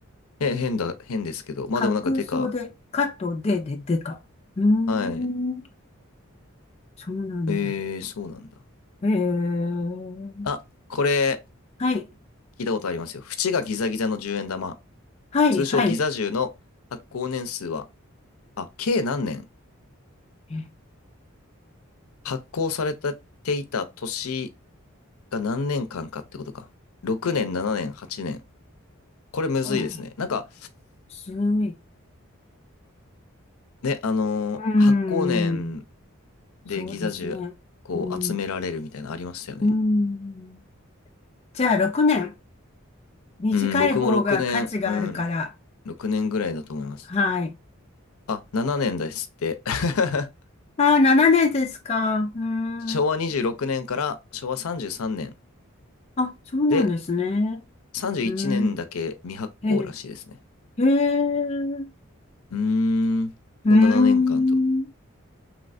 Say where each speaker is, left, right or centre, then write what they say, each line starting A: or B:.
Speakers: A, on the left; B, on the left.
A: え、変だ、変ですけど。まあでもなんかでか。
B: 角袖、かとでででか。うーん。
A: はい。
B: そうなんだ。
A: えー、そうなんだ。
B: えー、
A: あ、これ、
B: はい、
A: 聞いたことありますよ。縁がギザギザの10円玉。
B: はい、
A: 通称ギザ銃の発行年数は、
B: はい。
A: あ、計何年
B: え
A: 発行されていた年が何年間かってことか。6年、7年、8年。これむずいですね。
B: あ、
A: なんか、
B: すごい。
A: ね、あのー発行年
B: うーん、
A: でギザ銃こう集められるみたいなのありましたよね。
B: そうですね。うん、うーん。じゃあ、6年。短い方が価値があるから。
A: うん、僕も6年、うん、6年ぐらいだと思います。
B: はい。
A: あ、7年ですって。<laughs>
B: ああ、7年ですか。うー
A: 昭和26年から昭和33年
B: ん。あ、そうなんですね。
A: で、31年だけ未発行らしいですね。
B: うーん。えー、えー、
A: うーん、
B: うーん、
A: の7年間と、